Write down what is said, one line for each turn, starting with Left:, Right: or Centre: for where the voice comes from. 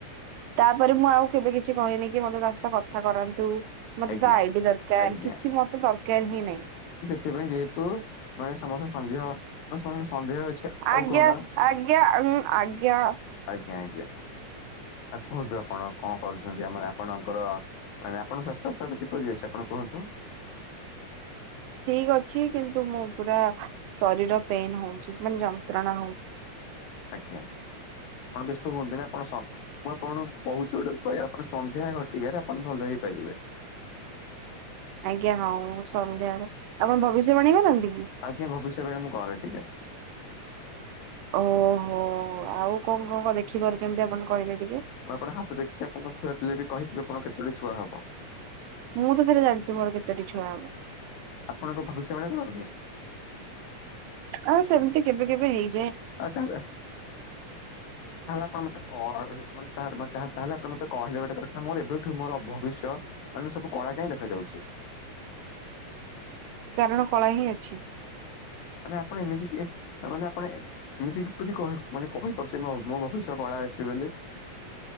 Right: ତାପରେ ମୁଁ ଆଉ କେବେ କିଛି କହିନି କି ମତେ ତା ସହିତ କଥା କରାନ୍ତୁ । ମତେ
Left: ଆଜ୍ଞା।
Right: ତା ଆଇଡି ଦରକାର
Left: ଆଜ୍ଞା
Right: କିଛି ମତେ ଦରକାର ହିଁ ନହିଁ ।
Left: ସେଥି ପାଇଁ ଯେହେତୁ ମାନେ ସମସ୍ତ ସନ୍ଦେହ ମାନେ। ସନ୍ଦେହ ଅଛି
Right: ଆଜ୍ଞା
Left: ଆଉ କଣ
Right: ଆଜ୍ଞା ଉଁ ଆଜ୍ଞା।
Left: ଆଜ୍ଞା ଆଜ୍ଞା । କୁହନ୍ତୁ ଆପଣ କଣ କରୁଛନ୍ତି ଆମର ଆପଣଙ୍କର । ମାନେ ଆପଣଙ୍କ ସ୍ୱାସ୍ଥ୍ୟ ଅବସ୍ଥା ଏବେ କିପରି ଅଛି ଆପଣ କୁହନ୍ତୁ ।
Right: ଠିକ ଅଛି କିନ୍ତୁ ମୁଁ ପୁରା ଶରୀର ପେନ ହଉଛି ମାନେ ଯନ୍ତ୍ରଣା ହଉଛି ।
Left: ଆଜ୍ଞା। ଆପଣ ବ୍ୟସ୍ତ ହୁଅନ୍ତୁନ୍ତି ଆପଣ ସ ମୁଁ ଆପଣଙ୍କୁ କହୁଛି ଗୋଟେ ଉପାୟ, ଆପଣ ସନ୍ଧ୍ୟା ଘଟିକାରେ ଆପଣ ଭଲ ହେଇପାରିବେ। <unintelligible>
Right: ଆଜ୍ଞା ହଉ ସନ୍ଧ୍ୟାବେଳେ। ଆପଣ ଭବିଷ୍ୟବାଣୀ କରନ୍ତି? କି?
Left: ଆଜ୍ଞା। ଭବିଷ୍ୟବାଣୀ ମୁଁ କରେ ଟିକେ
Right: ଓହୋ ଆଉ କଣ କଣ କଣ ଦେଖିପାରୁଛନ୍ତି ଆପଣ? କହିଲେ ଟିକେ?
Left: ମୁଁ ଆପଣଙ୍କ ହାତ ଦେଖିକି ଆପଣଙ୍କ ଛୁଆ ପିଲା ବି କହିବି ଆପଣ କେତୋଟି ଛୁଆ ହବ।
Right: ମୁଁ ତ ସେଟା ଜାଣିଛି ମୋର କେତୋଟି ଛୁଆ ହବ।
Left: ଆପଣ କଣ ଭବିଷ୍ୟବାଣୀ କରନ୍ତି?
Right: ଆଁ ସେମତି କେବେ କେବେ ହେଇ
Left: <unintelligible> ତାହେଲେ ଆପଣ ମତେ କର୍ ମାନେ ତାର ବା ତାହେଲେ ଆପଣ ମତେ କହିଲେ ଗୋଟେ କଥା ମୋର ଏବେଠୁ ମୋର ଭବିଷ୍ୟ ମାନେ ସବୁ କଳା କାଇଁ ଦେଖାଯାଉଛି। <inaudible>
Right: କାରଣ କଳା ହିଁ ଅଛି।
Left: ମାନେ ଆପଣ ଏମିତି ଟିଏ ମାନେ ଆପଣ ଏମିତି କି କିପରି ମାନେ କହିପାରୁ ସେ ନହଉ ମୋ ଭବିଷ୍ୟ କଳା ଅଛି ବେଲି